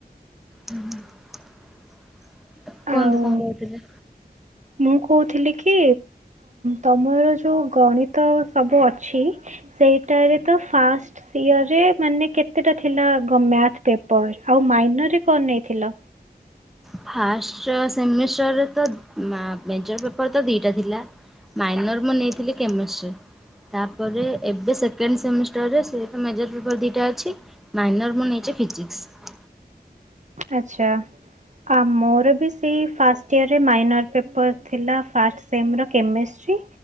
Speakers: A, in the centre; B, on the right.
A: ହୁଁ। କୁହନ୍ତୁ
B: ଆଉ
A: କଣ କହୁଥିଲେ?
B: ମୁଁ କହୁଥିଲି କି ତମର ଯୋଉ ଗଣିତ ସବୁ ଅଛି ସେଇଟାରେ ତ ଫାଷ୍ଟ ଇଅରେ ମାନେ କେତେଟା ଥିଲା ମ୍ୟାଥ ପେପର? ଆଉ ମାଇନରରେ କଣ ନେଇଥିଲ?
A: ଫାଷ୍ଟ ସେମିଷ୍ଟରରେ ତ ମେଜର ପେପର ତ ଦିଟା ଥିଲା ମାଇନର ମୁଁ ନେଇଥିଲି କେମିଷ୍ଟ୍ରି ତାପରେ ଏବେ ସେକେଣ୍ଡ ସେମିଷ୍ଟରରେ ସେଟା ମେଜର ପେପର ଦୁଇଟା ଅଛି। ମାଇନର ମୁଁ ନେଇଛି ଫିଜିିକ୍ସ।
B: ଆଚ୍ଛା। ଆ ମୋର ବି ସେଇ ଫାଷ୍ଟ ଇୟରରେ ମାଇନର୍ ପେପର୍ ଥିଲା ଫାର୍ଷ୍ଟ ସେମର କେମେଷ୍ଟ୍ରୀ,